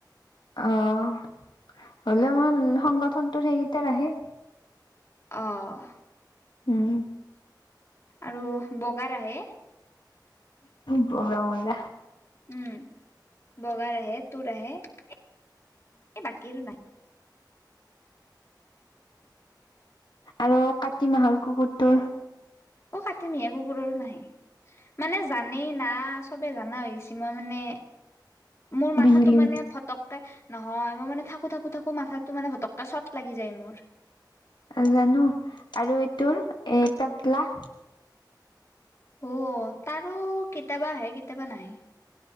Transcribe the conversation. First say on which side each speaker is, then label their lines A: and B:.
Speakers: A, on the left; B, on the left.
A: অ', হ'লেও মোৰ সংগঠনটো সেইকেইটাৰ আহে।
B: অ'।
A: উম।
B: আৰু বগাৰ আহে।
A: বগা মূলা।
B: উম, বগাৰ আহে, তোৰ আহে, এ বাকী আৰু নাই।
A: আৰু কাতি মাহৰ কুকুৰটোৰ।
B: অ', কাতি মহীয়া কুকুৰৰো নাহে। মানে জানেই না, চবে জানা হৈ গৈছে, মই মানে, মোৰ মাথাতো
A: বিহিলি
B: মানে ফটককে নহয়, মই মানে থাকো, থাকো, থাকো মাথাতো মানে ফটককে চট লাগি যায় মোৰ।
A: জানো, আৰু এইটোৰ, এই পেতলা।
B: অ', তাৰো কেতিয়াবা আহে, কেতিয়াবা নাহে।